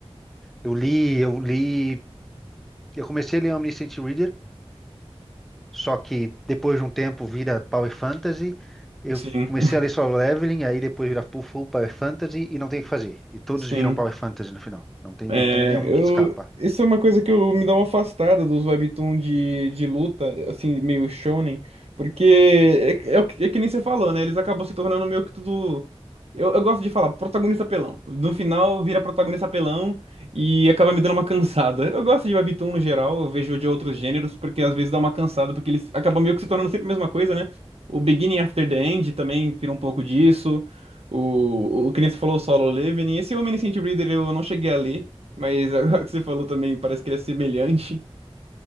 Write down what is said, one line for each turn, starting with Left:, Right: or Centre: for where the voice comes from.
Centre: Eu li, eu li, eu comecei a ler Omniscient Reader, só que depois de um tempo vira Power Fantasy. Eu
Right: sim,
Centre: comecei a ler Solo Leveling, aí depois vira Full Full Power Fantasy e não tem o que fazer. E todos
Right: <laughs> sim.
Centre: viram Power Fantasy no final. Não tem,
Right: É,
Centre: não tem nenhum
Right: eu,
Centre: que escapa.
Right: isso é uma coisa que eu me dá uma afastada dos webtoon de, de luta, assim, meio shonen, porque é, é, o que é que nem você falou, né? Eles acabam se tornando meio que tudo. Eu, eu gosto de falar, protagonista pelão. No final vira protagonista pelão e acaba me dando uma cansada. Eu gosto de webtoon no geral, eu vejo de outros gêneros, porque às vezes dá uma cansada, porque eles acabam meio que se tornando sempre a mesma coisa, né? O Beginning After the End também vira um pouco disso. O, o que nem você falou, o Solo Leveling. Esse Omniscient Reader eu não cheguei a ler. Mas <laughs> agora que você falou também, parece que ele é semelhante.